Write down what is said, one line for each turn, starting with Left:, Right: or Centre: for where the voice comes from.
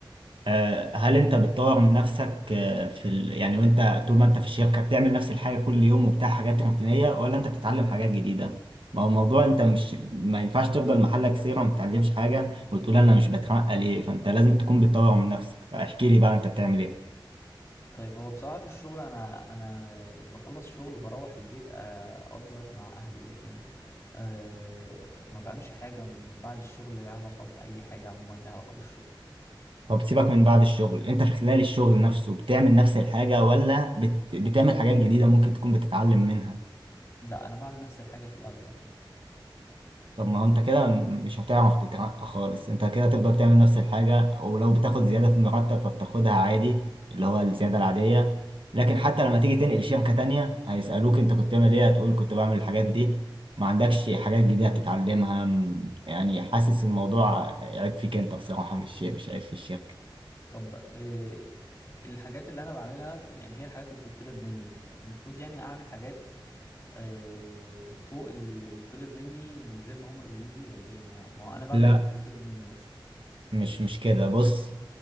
Right: آه، هل انت بتطور من نفسك آه، في ال... يعني وانت طول ما انت في الشركه بتعمل نفس الحاجه كل يوم وبتاع حاجات روتينيه ولا انت بتتعلم حاجات جديده ما هو الموضوع انت مش ما ينفعش تفضل محلك سيره ما بتتعلمش حاجه وتقول انا مش بترقى ليه فانت لازم تكون بتطور من نفسك فاحكي لي بقى انت بتعمل ايه
Left: طيب هو بصراحة في الشغل انا انا بخلص شغل بروح البيت آه، اقضي وقت مع اهلي لكن أه ما بعملش حاجة من بعد الشغل ليها علاقة بأي حاجة عموما ليها علاقة بالشغل
Right: طب سيبك من بعد الشغل انت في خلال الشغل نفسه بتعمل نفس الحاجه ولا بت... بتعمل حاجات جديده ممكن تكون بتتعلم منها
Left: لا انا بعمل نفس الحاجة في الاغلب يعني
Right: طب ما هو انت كده م- مش هتعرف تترقى خالص انت كده هتفضل تعمل نفس الحاجة ولو بتاخد زيادة في المرتب فبتاخدها عادي اللي هو الزيادة العادية لكن حتى لما تيجي تنقل شركة تانية هيسألوك انت كنت بتعمل ايه هتقول كنت بعمل الحاجات دي ما عندكش حاجات جديدة هتتعلمها م- يعني حاسس الموضوع عيب فيك انت بصراحة مش مش عيب في الشركة
Left: طب آه، الحاجات اللي انا بعملها يعني هي الحاجات اللي بتطلب مني المفروض يعني اعمل حاجات آه، فوق اللي بيطلب مني من غير ما هم يقولوا لي ولا ايه ما, ما هو انا بعمل
Right: لا
Left: اللي بيطلب مني بس
Right: مش مش كده بص